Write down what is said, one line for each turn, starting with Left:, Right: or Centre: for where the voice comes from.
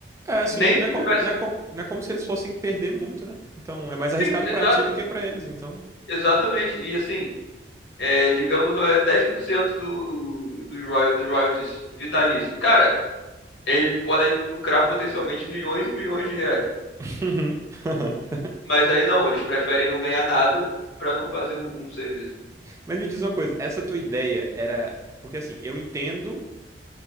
Right: É, assim,
Left: nem
Right: né, não
Left: que
Right: é,
Left: eu
Right: co-
Left: tivesse.
Right: não é co- não é como se eles fossem perder muito, né? Então, é mais arriscado
Left: Sim, exato,
Right: pra ti do que pra eles, então.
Left: exatamente. E assim, é, digamos, é 10% do, do royal- royalties vitalício. Cara, eles podem lucrar potencialmente milhões e milhões de reais.
Right: <laughs> Uhum. <laughs>
Left: Mas aí não, eles preferem não ganhar nada pra não fazer um, um serviço.
Right: Mas me diz uma coisa, essa tua ideia era. Porque assim, eu entendo